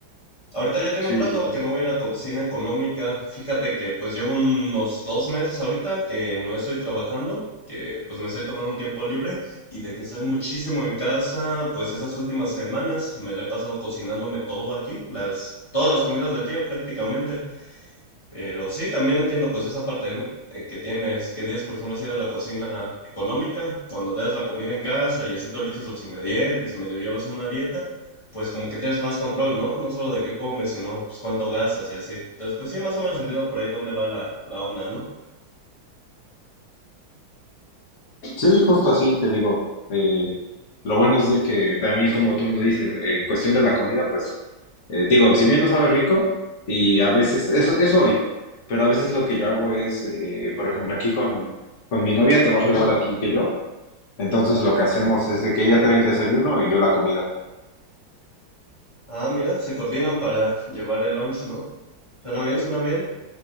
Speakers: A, on the left (about 25°); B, on the left (about 80°).
A: Ahorita ya tiene
B: Sí,
A: un rato
B: sí, sí.
A: que no voy a la cocina económica. Fíjate que pues llevo unos dos meses ahorita que no estoy trabajando, que pues me estoy tomando un tiempo libre y de que estoy muchísimo en casa, pues estas últimas semanas me la he pasado cocinándome todo aquí, las, todas las comidas del día prácticamente. Pero sí, también entiendo pues esa parte, ¿no? Eh, que tienes, que tienes, por ejemplo, así de la cocina económica, cuando te das la comida en casa y así tú eliges los ingredientes y medio llevas una dieta, pues como que tienes más control, ¿no? No solo de qué comes, sino pues cuánto gastas y así. Entonces, pues sí, más o menos entiendo por ahí dónde va la, la onda, ¿no?
B: Sí, justo así te digo. Eh, lo bueno es de que también, como tú me dices, eh, en cuestión de la comida, pues eh, digo, si bien no sabe rico, y a veces, eso es hoy, pero a veces lo que yo hago es, eh, por ejemplo, aquí con, con mi novia, trabaja igual aquí que yo, entonces lo que hacemos es de que ella trae el desayuno y yo la comida.
A: Ah, mira, se coordinan para llevar el lunch, ¿no? Suena bien, suena bien.